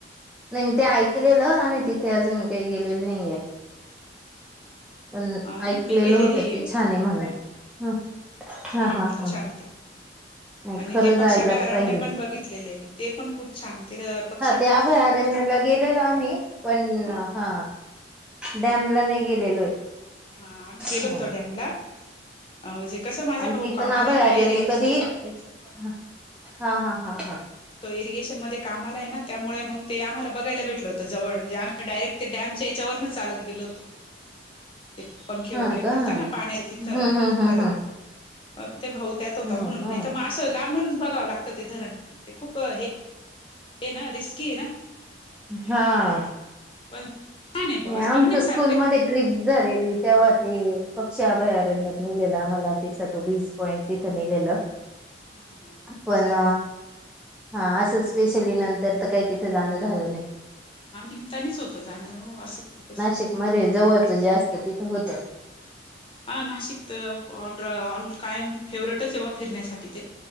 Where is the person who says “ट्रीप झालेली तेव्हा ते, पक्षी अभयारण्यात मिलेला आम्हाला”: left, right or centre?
Centre